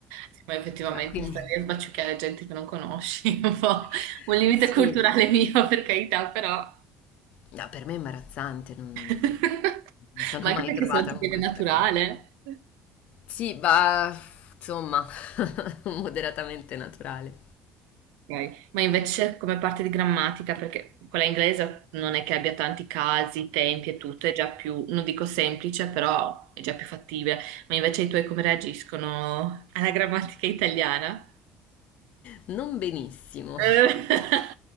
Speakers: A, on the right; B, on the left.
A: Sì, Ma effettivamente
B: Vabbè, quindi
A: stare lì a sbaciucchiare gente che non conosci, <laughs> è un po'
B: <laughs>
A: un limite
B: sì,
A: culturale mio, per carità, però.
B: No, per me è imbarazzante, non
A: <laughs>
B: non mi sono
A: Ma anche
B: mai
A: perché
B: trovata
A: se non ti
B: con
A: viene
B: questa
A: naturale.
B: cosa. Sì, bah, insomma, <laughs> moderatamente naturale.
A: Ok. Ma invece come parte di grammatica, perché quella inglese non è che abbia tanti casi, tempi e tutto, è già più, non dico semplice, però è già più fattibile. Ma invece i tuoi come reagiscono alla grammatica italiana?
B: Non benissimo.
A: Eh, <laughs>